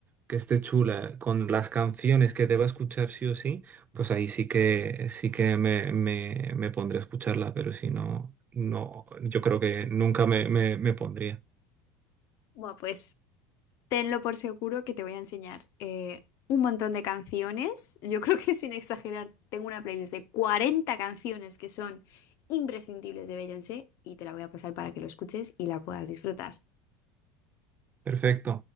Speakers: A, on the right (about 30°); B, on the left (about 60°).
A: que esté chula con las canciones que deba escuchar sí o sí, pues ahí sí que, sí que me, me, me pondré a escucharla, pero si no, no, yo creo que nunca me, me me pondría.
B: bueno pues tenlo por seguro que te voy a enseñar eh, un montón de canciones. Yo <laughs> creo que sin exagerar, tengo una playlist de 40 canciones que son imprescindibles de Beyoncé y te la voy a pasar para que lo escuches y la puedas disfrutar.
A: Perfecto.